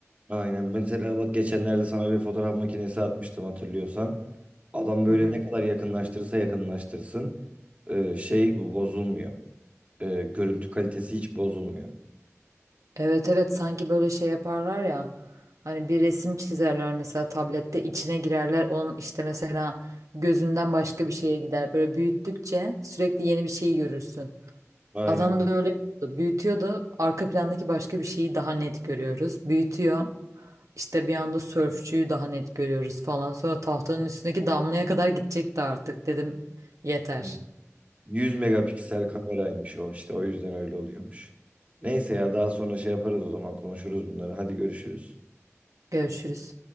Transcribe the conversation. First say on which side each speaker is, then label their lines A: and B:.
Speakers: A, on the right (about 30°); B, on the right (about 90°).
A: Aynen. Mesela bak geçenlerde sana bir fotoğraf makinesi atmıştım hatırlıyorsan. Adam böyle
B: Hı hı.
A: ne kadar yakınlaştırırsa yakınlaştırsın e, şey bu bozulmuyor. E, görüntü kalitesi hiç bozulmuyor.
B: Evet evet sanki böyle şey yaparlar ya hani bir resim çizerler mesela tablette içine girerler onun işte mesela gözünden başka bir şeye gider. Böyle büyüttükçe sürekli yeni bir şey görürsün.
A: Aynen.
B: Adam da öyle yapıyordu. büyütüyor da arka plandaki başka bir şeyi daha net görüyoruz. Büyütüyor. İşte bir anda sörfçüyü daha net görüyoruz falan. Sonra tahtanın üstündeki damlaya kadar gidecekti artık. Dedim yeter.
A: aynen. 100 megapiksel kameraymış o işte o yüzden öyle oluyormuş. Neyse ya daha sonra şey yaparız o zaman konuşuruz bunları. Hadi görüşürüz.
B: Görüşürüz.